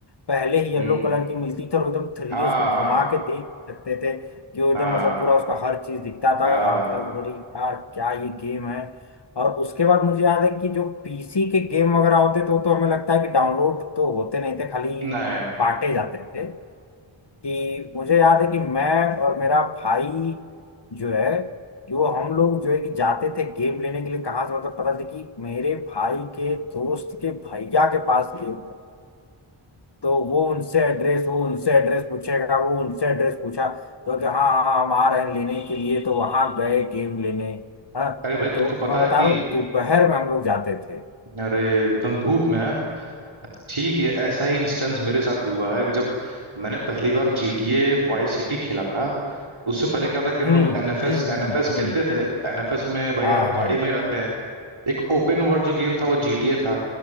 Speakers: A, on the left; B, on the right.
A: पहले ही
B: हम्म
A: येलो कलर की मिलती थी और एकदम थ्री
B: हाँ
A: डी उसको
B: हाँ
A: घुमा के देख भी सकते थे कि वो एकदम
B: हाँ
A: मतलब पूरा उसका हर चीज दिखता था
B: हाँ
A: आंकड़ा उधरी यार क्या ये गेम है और उसके बाद मुझे याद है कि जो पीसी के गेम वगैरह होते तो तो हमें लगता है कि डाउनलोड तो होते नहीं थे खाली
B: नहीं
A: बांटे जाते थे कि मुझे याद है कि मैं और मेरा भाई जो है कि वो हम लोग जो है कि जाते थे गेम लेने के लिए कहाँ से मतलब पता चला कि मेरे भाई के दोस्त के भैया के पास गेम है तो वो उनसे एड्रेस वो उनसे एड्रेस पूछेगा वो उनसे एड्रेस पूछा तो कि हाँ हाँ हाँ, हम आ रहे हैं लेने के लिए तो वहां गए गेम लेने हाँ
B: अरे भाई
A: तो
B: तुमको पता
A: मैं बता
B: है कि
A: रहा हूँ दोपहर में हम लोग जाते थे
B: अरे एकदम धूप में है ठीक है ऐसा ही इंस्टेंस मेरे साथ भी हुआ है कि जब मैंने पहली बार GTA वाइस सिटी खेला था उससे पहले क्या था कि हम
A: हम्म
B: लोग NFS
A: हम्म हम्म
B: NFS
A: हम्म
B: खेलते थे NFS में भाई
A: हाँ
B: आप गाड़ी
A: हाँ
B: में ही रहते हैं एक ओपन वर्ल्ड जो गेम था वो GTA था